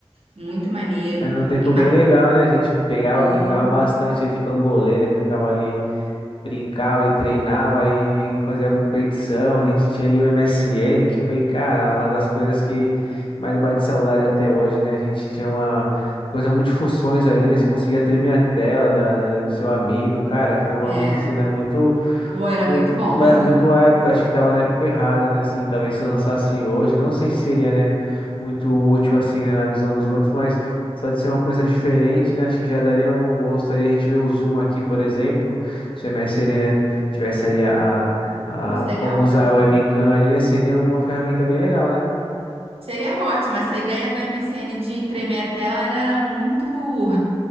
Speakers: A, on the right (about 65°); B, on the left (about 55°).
A: Muito maneiro.
B: Era um tempo
A: E ma-
B: bem legal, né? A gente pegava,
A: Pô,
B: brincava bastante de bambolê, né? Ficava ali. brincava e treinava e fazia competição. A gente tinha ali o MSN, que foi, cara, uma das coisas que mais bate saudade até hoje, né? A gente tinha uma coisa muito funções ali, né? Você conseguia tremer a tela da, da- né, do seu amigo, cara, foi um avanço,
A: é.
B: né? Muito.
A: Pô, era
B: Muito,
A: muito bom.
B: é- muito
A: <laughs>
B: à época, acho que estava na época errada, né? Assim, talvez se lançasse hoje, não sei se seria, né, muito útil, assim, né, na visão dos outros, mas só de ser uma coisa diferente, né? Acho que já daria um gosto ali. A gente vê o Zoom aqui, por exemplo, se o MSN, né, tivesse ali a, a,
A: Pô, seria
B: como
A: ótimo.
B: usar a webcam ali, né, seria uma ferramenta bem legal, né?
A: Seria ótimo. Essa ideia do M S N de tremer a tela era muito,